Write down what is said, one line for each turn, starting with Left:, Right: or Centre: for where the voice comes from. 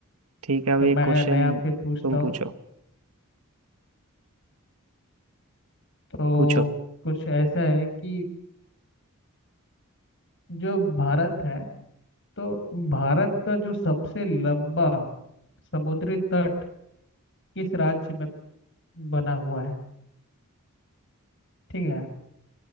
Right: ठीक है अब
Left: तो
Right: एक
Left: मैं
Right: क्वेश्चन
Left: नया फिर पूछता
Right: तुम
Left: हूँ
Right: पूछो
Left: तो
Right: पूछो
Left: कुछ ऐसा है कि जो भारत है तो भारत का जो सबसे लंबा समुद्री तट किस राज्य में बना हुआ है ठीक है